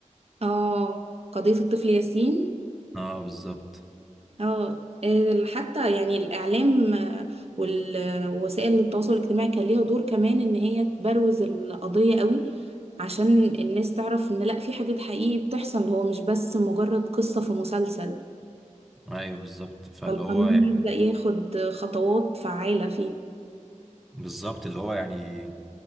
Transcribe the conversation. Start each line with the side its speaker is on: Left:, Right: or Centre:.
Right: اه قضية الطفل ياسين
Centre: اه بالظبط
Right: اه آه، حتى يعني الإعلام آه، وال- ووسائل التواصل الاجتماعي كان ليها دور كمان إن هي تبروز القضية قوي عشان الناس تعرف إن لأ في حاجات حقيقي بتحصل هو مش بس مجرد قصة في مسلسل
Centre: ايوه بالظبط فاللي
Right: فالقانون
Centre: هو يعني
Right: يبدأ ياخد خطوات فعالة فيه
Centre: بالظبط اللي هو يعني